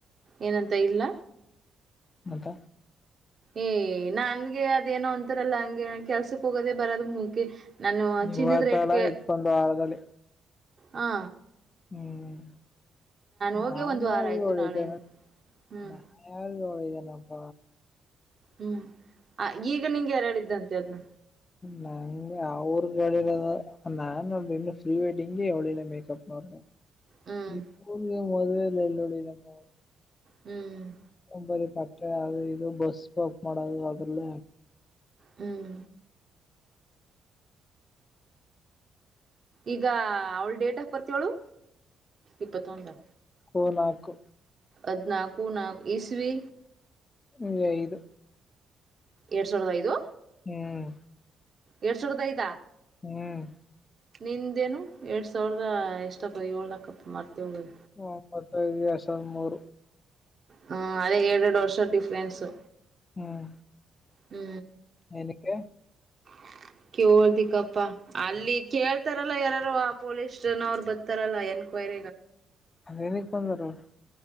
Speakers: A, on the right (about 45°); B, on the left (about 30°).
A: ಏನಂತ ಇಲ್ಲ
B: ಮಂತ
A: ಏ ನನ್ಗೆ ಅದೇನೋ ಅಂತಾರಲ್ಲ ಹಂಗೆ ಕೆಲ್ಸಕ್ ಹೋಗೋದೇ ಬರೋದ ಮುಖೆ ನಾನು
B: ಇವತ್ತಲ್ಲ
A: ಚಿನ್ನದ್ ರೇಟ್ಗೆ
B: ಇತ್ಕೊಂಡ್ ವಾರದಲ್ಲಿ
A: ಹಾ
B: ಹ್ಮ್ ನಾನ್
A: ಹೋಗಿ ಒಂದ್ ವಾರ
B: ಯಾರಗು
A: ಆಯ್ತು
B: ಹೇಳಿದನು
A: ನಾಳೆ ಹ್ಮ್
B: ನಾನ್ ಯಾರು ಒಳ್ಳದ ನ ಪ
A: ಹ್ಮ್ ಈಗ ನಿಂಗೆ ಯಾರು ಹೇಳಿದಂತೆ ಅದ್ನ
B: ನಾಂಗ ಅವರು ಕಡರೋ ನಾನು ಇನ್ನು ಫ್ರೀ ವೆಡ್ಟ್ಟಿಂಗ ಎಳಲ್ಲ ಮೇಕಪ್ ನವರ್ಗ
A: ಹ್ಮ್
B: <inaudible> ಮತ್ತ
A: ಹ್ಮ್
B: ಬರಿ ಬಟ್ಟೆ ಅದು ಇದು ಬಸ್ಾಪ್ ಮಾಡೋದು ಅದ್ರಲ್ಲ
A: ಹ್ಮ್ ಈಗ ಅವಳ ಡೇಟ್ ಆಫ್ ಬರ್ತ್ ಅವಳು ಇಪ್ಪತ್ತೊಂದು
B: ಹನಾಾಲ್ಕು
A: ಅದ್ನಾಕು ನ ಇಸ್ವಿೀ
B: ಹಐದು
A: ಎರಡ್ ಸಾವಿರದ ಐದು
B: ಹ್ಮ್
A: ಎರಡ್ ಸಾವರದ ಐದ
B: ಹ್ಮ್
A: ನಿಂದೇನು ಎರಡ್ ಸಾವಿರದ ಎಷ್ಟಪ್ಪ ಏಳ್ದ ಕಪ್ಪಾ ಮರತೇ ಹೋಗದ
B: ಒಂಬತ್ತೈಐದು ಎರಡ್ ಸಾವಿದ ಮೂರು
A: ಹ್ಮ ಅದೇ ಏರಡು ಎರಡು ವರ್ಷ ಡಿಫ್ರೆನ್ಸು
B: ಹ್ಮ್
A: ಹ್ಮ್
B: ಎನಕ್ಕೆ
A: <inaudible> ಕೆಳ್ದಿಕಪ್ಪಾ ಅಲ್ಲಿ ಕೇಳ್ತಾರಲ್ಲ ಯಾರರು ಆ ಪೊಲೀಸ್ ಜನ ಅವರು ಬರ್ತಾರಲ್ಲ ಎನ್ಕೋ <unintelligible>
B: ಅದೇನ ಕೊಡ <unintelligible>